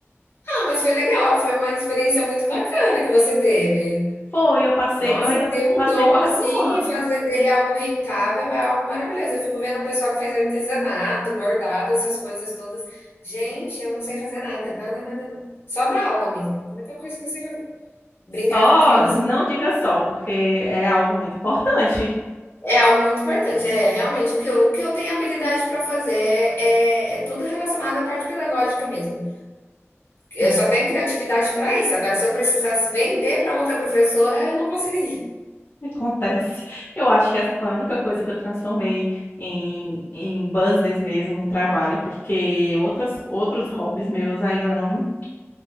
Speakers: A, on the left; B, on the left.
A: Ah, mas foi legal, foi uma experiência muito bacana que você teve.
B: Foi, eu passei,
A: Nossa,
B: eu ainda
A: ter um
B: passei
A: dom
B: quase
A: assim
B: um ano.
A: e fazer dele algo rentável é algo maravilhoso. Eu fico vendo o pessoal que faz artesanato, bordado, essas coisas todas. Gente, eu não sei fazer nada, nada, nada, nada. Só dar aula mesmo. É a única coisa que eu sei fazer. Brincar
B: Só,
A: com criança.
B: não, não diga só, porque é algo muito importante.
A: É algo muito importante, é realmente o que eu, o que eu tenho habilidade para fazer é, é, é tudo relacionado à parte pedagógica mesmo. Eu
B: Ah,
A: só tenho criatividade para isso. Agora, se eu precisasse vender para outra professora, eu não conseguiria.
B: acontece. Eu acho que essa foi a única coisa que eu transformei em, em business mesmo, em trabalho, porque outras, outros hobbies meus ainda não,